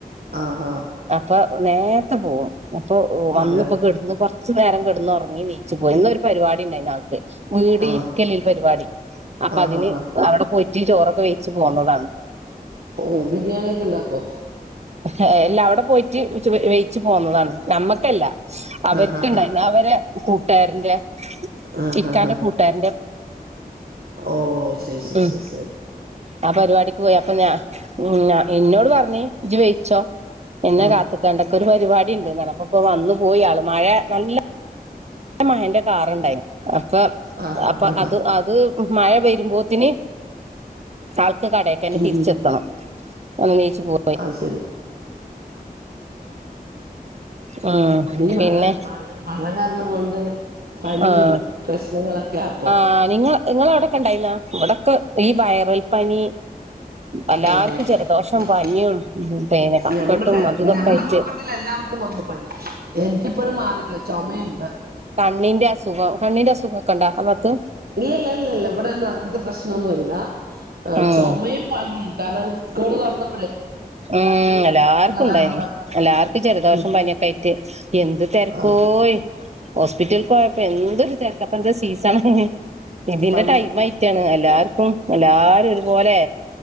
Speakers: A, on the right; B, on the right.
A: ആഹ് ആഹ്
B: അപ്പൊ നേരത്തെ പോകും അപ്പൊ വന്നിപ്പോ
A: അതെയോ
B: കെടന്ന് കൊറച്ചു നേരം കിടന്നെ ഉറങ്ങി നീച്ചു പോയി ഇന്നൊരു പരിപാടി ഉണ്ടായി ആൾക്ക് വീട്
A: ആഹ്
B: ഇരിക്കലിൽ പരിപാടി അപ്പം
A: ആഹ്
B: അതിന്
A: ആഹ്
B: അവിടെ പൊയിറ്റ് ചോറൊക്കെ വെയ്ച്ച് പോന്നതാണ്
A: ഓഹ് ബിരിയാണി ഒക്കെ ഉണ്ടാക്കേ
B: അല്ലാ അവിടെ പോയിട്ട് വേയിച്ചു പോന്നതാണ് നമ്മ ക്കല്ല അവർക്കുണ്ടായിരുന്നു.
A: ആഹ് ആഹ്
B: അവരെ കൂട്ടുകാരന്റെ
A: ആഹ്
B: ഇക്കാന്റെ
A: ആഹ്
B: കു ട്ടുക്കാരന്റെ
A: ഓ ശരി ശരി
B: ഉം.
A: ശരി ശരി
B: ആ പരിപാടിക്ക് പോയി അപ്പൊ ഞാൻ ഉം എന്നോട് പറഞ്ഞി ഇജ് വേടിച്ചോ എന്നെ
A: ആഹ്
B: കാത്തി നടക്കുന്ന പരിപാടി ഉണ്ട് <unintelligible> ഇപ്പോ വന്നു പോയി ആള് മഴ നല്ല എന്റെ മഹന്റെ കാറുണ്ടായി അപ്പൊ
A: ആഹ്
B: അപ്പൊ
A: ആഹ്
B: അത്
A: ആഹ്
B: അത് മഴ വരുമ്പോത്തിന് ആൾക്ക് കടേക്കന്നെ
A: ഉം
B: തിരിച്ചെത്തണം. വന്നേച്ച് പോ
A: അത് ശരി.
B: ഉം
A: ഈ
B: പിന്നെ
A: മഴ മഴ മഴ കാരണം കൊണ്ട്- പനിയും
B: ആഹ്
A: പ്രശ്നങ്ങളൊക്കെയാ ഇപ്പൊ.
B: ആഹ് നിങ്ങൾ നിങ്ങടെ അവിടൊക്കെണ്ടായിരുന്നോ ഇവടൊക്കെ ഈ വയറൽ പനി എല്ലാർക്കും
A: ആഹ് ആഹ്
B: ജലദോഷം പനിയും പിന്നെ കഫക്കെട്ടും
A: ഞങ്ങളുടെ ഫാ
B: അതും ഇതൊക്കെ
A: ഞങ്ങളുടെ
B: ആയിട്ട്
A: കുടുംബത്തിൽ എല്ലാവർക്കും വന്നു. എനിക്കിപ്പഴും മാറിയിട്ടില്ല ചൊമയുണ്ട്. -
B: ണ്ണിന്റെ അസുഖം കണ്ണിന്റെ അസുഖം ഒക്കെ ഉണ്ടോആ ബാത്ത്
A: ഇല്ലല്ല ഇല്ല ഇവിടെന്നും അങ്ങനത്തെ പ്രശ്നന്നുല്ല.
B: ഉം
A: ചുമയും പനിയും കാരണം സ്കൂള് തുറന്ന
B: ഉം എല്ലാർക്കും
A: കാരണംകൊണ്ട്
B: ണ്ടായിനി. എല്ലാർക്കും ജലദോഷം
A: ഉം
B: പനിയൊക്കയിട്ട് എന്ത് തെരക്കോയ്
A: ആഹ്
B: ഹോസ്പിറ്റല്ക്കോയപ്പോ എന്തൊരു തെരക്ക പ്പ എന്താ സീസണാ- ഇതിന്റെ
A: പനി
B: ടൈംമായിറ്റാണ് എല്ലാർ ഉം എല്ലാരും ഒരുപോലെ